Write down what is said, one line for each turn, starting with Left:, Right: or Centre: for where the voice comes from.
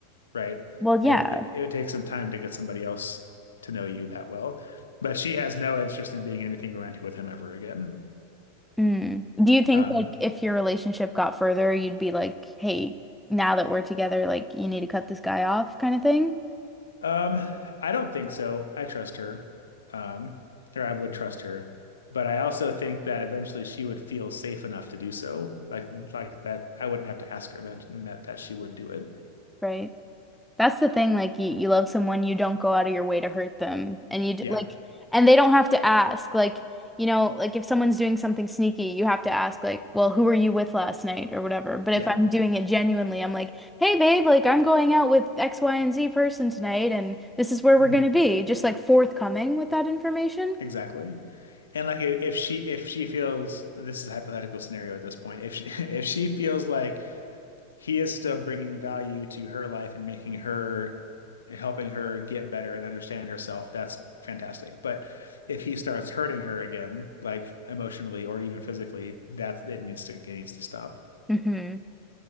Left: right?
Centre: Well, yeah.
Left: It, it it would take some time to get somebody else to know you that well, but she has no interest in being anything romantic with him ever again.
Centre: Mm. Do you think
Left: Um,
Centre: like if your relationship got further, you'd be like, "Hey, now that we're together, like you need to cut this guy off," kind of thing?
Left: um, I don't think so. I trust her, um, or I would trust her, but I also think that eventually she would feel safe enough to do so, like like that. I wouldn't have to ask her then, and that that she would do it.
Centre: Right. That's the thing. Like you, you love someone, you don't go out of your way to hurt them, and you d-
Left: Yeah,
Centre: like, and they don't have to ask. Like you know, like if someone's doing something sneaky, you have to ask, like, "Well, who were you with last night?" or whatever. But if
Left: yeah.
Centre: I'm doing it genuinely, I'm like, "Hey, babe, like I'm going out with X, Y, and Z person tonight, and this is where
Left: Mhm.
Centre: we're gonna be." Just like forthcoming with that information.
Left: Exactly. And like i- if she if she feels this is a hypothetical scenario at this point, if she <laughs> if she feels like he is still bringing value to her life and making her helping her get better and understand herself, that's fantastic. But if he starts hurting her again, like emotionally or even physically, that it needs to it needs to stop.
Centre: Mm-hmm.